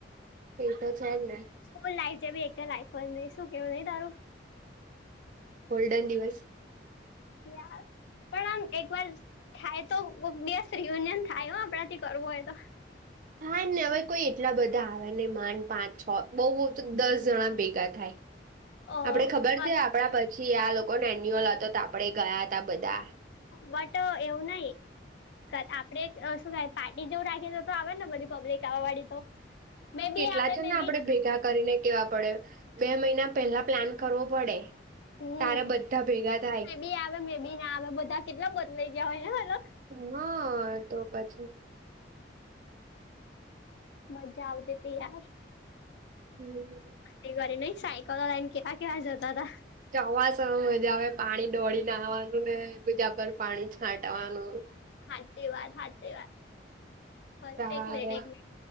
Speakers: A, on the right; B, on the left.
A: એતો છે જ ને
B: સ્કૂલ લાઈફ જે ભી એક લાઈફ નય શું કેવું નહી તારું
A: હ ગોલ્ડન દિવસ
B: ાર પણ આમ એક વાર થાય તો બેસ રિયુનિયન થાય હોય આપણા થી કરવું હોય તો
A: થાય ને હવે કોઈ એટલા બધા આવે ને માંડ પાંચ છ બહુ બહ તો દસ જણા ભેગા થાય.
B: અ
A: આપડે ખબર
B: બસ
A: છે આપડા પી સિયા આ લોકો ને એન્યુઅલ હતો તો આપડે ગયા હતા બધા.
B: બટ એવું નય આપડે શું થાય પાર્ટી જેવું રાખી તો તો આવે ને બધી પબ્લિક આવવા વાળી તો. મે બી
A: કેટલા
B: આવે
A: જ
B: મે
A: ને આપણે
B: બી
A: ભેગા કરીને કેવા પડે બે મહિના પેલા પ્લાન કરવો પડે.
B: હમ
A: તારે બધા ભેગા થાય
B: મે બી આવે મે બી ના આવે બધા કેટલા બદલાઈ ગયા હોય ને અલગ.
A: હા તો પછી
B: મજા આવતી તી યાર
A: હમ
B: એ કરી નહી સાયકલ લયન કયા કયા જતા હતા
A: ચોમાસા મા મજા આવે પાણી દોડી ને આવવાનું ને બીજા પર પાણી છાંટવાનું
B: હાચી વાત હાચી વાત હલ
A: તારે
B: એક મિનિટ એક મિનિટ